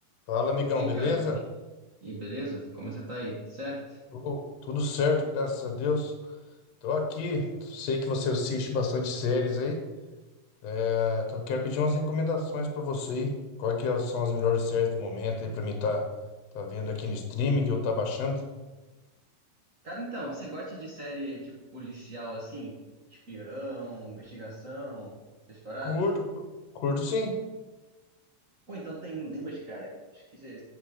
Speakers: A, on the left; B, on the right.
A: Fala, amigão,
B: E aí,
A: beleza?
B: cara, e e beleza? Como você tá aí? Certo?
A: Ô, tudo certo, graças a Deus. Tô aqui, sei que você assiste bastante séries aí. É, tô- quero pedir umas recomendações pra você aí. Quais que são as melhores séries do momento aí pra mim tá, tá vendo aqui no streaming ou tá baixando?
B: Cara, então, você gosta de série tipo policial assim? Espião, investigação, essas paradas?
A: Curto, curto, curto sim.
B: Pô, então tem duas, cara. Acho que você